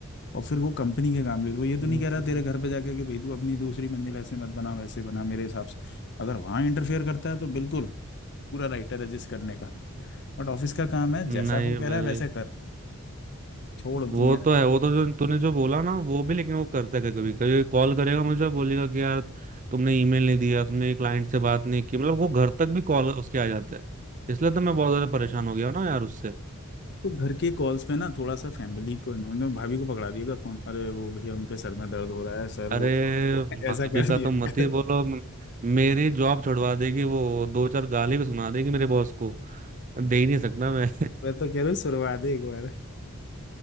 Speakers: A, on the left; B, on the right.
A: और फिर वो कंपनी के काम ले वो ये तो
B: हम्म
A: नहीं कह रहा तेरे घर पे जाके कि भाई तू अपनी दूसरी मंजिल ऐसे मत बना वैसे बना मेरे हिसाब से अगर वहाँ इंटरफेयर करता है तो बिल्कुल पूरा राइट है रजिस्ट करने का बट ऑफिस का काम है
B: नहीं
A: जैसा वो कह
B: भाई
A: रहा है वैसे कर छोड़ दुनिया
B: वो तो है वो तो जो तूने जो बोला ना वो भी लेकिन वो करता है कभी कभी कभी कॉल करेगा मुझे बोलेगा कि यार तुमने ईमेल नहीं दिया तुमने क्लाइंट से बात नहीं की मतलब वो घर तक भी कॉल उसके आ जाता है इसलिए तो मैं बहुत ज्यादा परेशान हो गया हूं ना यार उससे
A: तो घर के कॉल्स पे ना थोड़ा सा फैमिली को इन्वॉल्व भाभी को पकड़ा दिया कर फोन अरे वो भैया उनके सर में दर्द हो रहा है सर
B: अरे
A: वो <laughs> वो है",
B: भाभी
A: ऐसा कर
B: का
A: दिया
B: तो
A: <laughs>
B: मत
A: कर
B: ही बोलो म- मेरी जॉब छुड़वा देगी वो दो चार गाली भी सुना देगी मेरे बॉस को दे ही नहीं सकता मैं
A: मैं तो कह रहा हूँ सुनवा दे एक बार